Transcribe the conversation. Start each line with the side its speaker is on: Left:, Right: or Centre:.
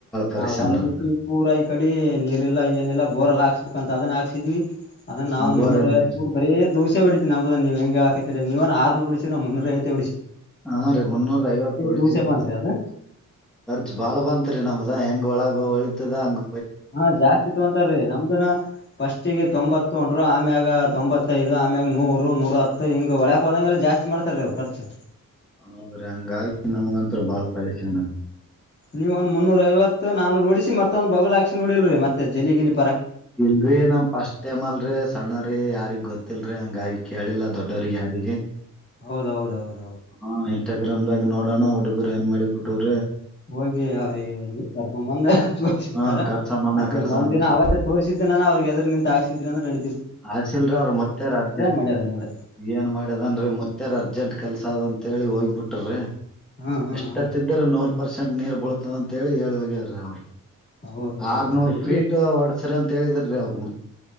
Centre: ಪರೇಶಾನ್
Left: ಹಾ ವರ್ಗಿಸಿ
Centre: ನಡದ್ರಿ
Left: ಪೂರಾ ಈ ಕಡೆ ನೀರ್ಲ್ಲಾ ಏನಿಲ್ಲ ಬೋರಲ್ ಹಾಕ್ಸ್ಬೇಕ ಅಂತ ಅದನ್ನ ಹಾಕ್ಸ <inaudible> ಅದೇ ನಾನ್
Centre: ಬೋರ್ವೆಲ್
Left: ಮುೂರವತ್ತು
Centre: ನೀರ್
Left: ಬರೀ ದೂಸ ಹಡ ನಂಬದ ನೀವು ಹೆಂ ಹೇಳಾಕೈರಿ ನೀವನ್ ಆರುೂರು ಉಡಿಸಿರ ಮುನ್ನೂರೈಐತ
Centre: ಹಾ ರೀ ಮುನ್ನೂರ ಐವತ್ತು ಓಡಸರಿ
Left: ದೂಸೆ ಬಂತ್ರಿ ಅದ
Centre: ಕರ್ಚ ಬಾಳ್ ಬಂತತ್ರಿ ನಮ್ದ ಹೆಂಗ ಒಳಗ ಹೊಳಿತದಂಗ
Left: ಹಾ ಜಾಸ್ತಿ ತೊಂತಾರೀ ನಮ್ದನ ಫಸ್ಟಿಗೆ ತೊಂಬತ್ತೊಂಡರು ಆಮ್ಯಾಗ ತೊಂಬತ್ತೈದು ಆಮ್ಯಾಗ ನೂರು ನೂ ಹತ್ತು ಹಿಂಗ ಒಳಕಕ್ ಹೋದಂಗೆಲ್ಲ ಜಾಸ್ತಿ ಮಾಡತಾರೆ ಅವ್ ಖರ್ಚು
Centre: ಹೌದ್ರೆ ಹಂಗಾಗಿ ನಮ್ಗಂತ್ರ ಬಾಳ ಪರೇಶಾನ್
Left: ನೀವ ಒಂದ್ ಮುನ್ನೂರ ಐವತ್ತು ನಾನೂರು ಉಡಿಸಿ ಮತ್ತ ಒಂದ್ ಬಗಳ ಹಾಸಿ ನಡಿಲ್ರಿ ಮತ್ತೆ ಜಲ ಗಿಲ್ಲಿ
Centre: ಇಲ್ರರಿ ನಮ್ ಫಸ್ಟ್ ಟೈಮ್ ಅಲ್ರರಿ ಸಣ್ಣರಿ ಯಾರಿಗ್ ಗೊತ್ತಿಲ್ರಿ ಅಂಗಾಯ <unintelligible> ಕೇಳಿಲ್ಲ ದೊಡ್ಡವರಿಗೆ ಯಾರಿಗೆ
Left: ಹೌದೌದ ಹೌದು
Centre: ಹಾ ಎತ <inaudible> ರಾಮ್ಮ್ದಾಗ ನೋಣ ಹುಡುಗರು ನ್ ಮಾಡಿ ಬಿಟ್ಟರು
Left: ಹೋಗಿ ಅವ್ರಿಗೆ ಕರ್ಕೊಂದೆ ತೋಸಬ ಬಿಟ್ಟಾರ
Centre: ಹಾ ಕರ್ಸ ಮಾಡ
Left: ಅಜ್ಜೆ
Centre: ಕರ್ಸ
Left: ಒಂದ್
Centre: ಅಂತ
Left: ದಿನ ಅವತ್ತೇ ತೋರ್ರಿಸಿದ್ದೆನಾನ ಅವ್ರಿಗೆ ಅದ್ರ ನಿಂತ ಹಕ್ಸಿದ್ರಿ ಅಂದ್ರೆ ನಡ
Centre: ಆಸಿಲ್ರೀ ಅವ್ರರು ಮತ್ತೆರ್ ಅರ್ಜೆಂಟ್
Left: ಮಾಡ್ಯದ್ರ ಅದ
Centre: ಏನ್ ಮಾಡದನ್ರಿ ಮತ್ತೇಾರ್ ಅರ್ಜೆಂಟ್ ಕೆಲ್ಸ ಅದಂತ ಹೇಳಿ ಹೋಗ್ಬಿಟ್ಟರಿ
Left: ಹಾ ಹಾ
Centre: ಎಷ್ಟ
Left: ಹಾ
Centre: ಹತ್ತ
Left: ರೀ
Centre: ಇದಿದ್ರ ನೋಡ್ ಪರ್ಸೆಂಟ್ ನೀರ್ ಬಳತದ ಅಂತ ಹೇಳಿ ಹೇಳಿ ಹೋಗಿದ ಅವರು
Left: ಹೌದ ಹೌದೌದು
Centre: ಆರ್ನೂರು
Left: ಎಲ್ಲಿ
Centre: ಫೀಟ್ ಒಡ್ಸ ಸರಿ ಅಂತ ಹೇಳಿದ್ರೀ ಅವ್ರು <inaudible>